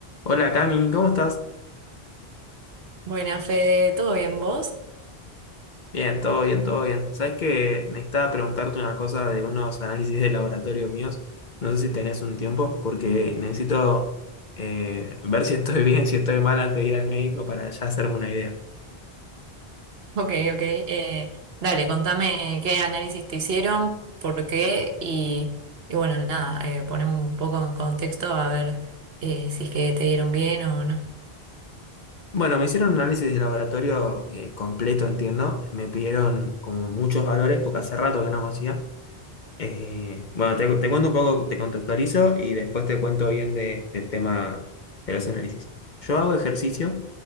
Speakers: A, on the left; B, on the right.
A: Hola Cami, ¿cómo estás?
B: Buena, Fede, ¿todo bien vos? <laughs>
A: Bien, todo bien, todo bien. Sabes que necesitaba preguntarte una cosa de unos análisis de laboratorio míos. No sé si tenés un tiempo, porque necesito eh, ver si estoy <laughs> bien, si estoy mal antes de ir al médico para ya hacerme una idea.
B: Ok, ok. eh, dale, contame qué análisis te hicieron, por qué y, y bueno, nada, eh, poneme un poco en contexto a ver eh, si es que te dieron bien o no.
A: Bueno, me hicieron un análisis de laboratorio eh, completo, entiendo. Me pidieron como muchos valores, porque hace rato que no me hacía. Eh, bueno, te, te cuento un poco, te contextualizo y después te cuento bien de- del tema de los análisis. Yo hago ejercicio